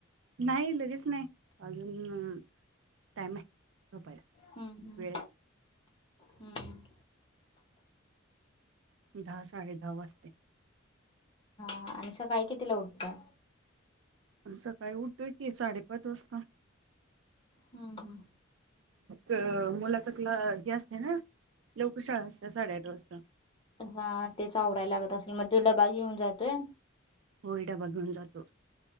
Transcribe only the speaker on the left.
हम्मं हम्मं
हम्मं
हां आणि सकाळीं कीतिला उठतां
हम्मं
हां तेचं आवरायला लागतं असेल मंग तो डब्बा घेऊन जातोय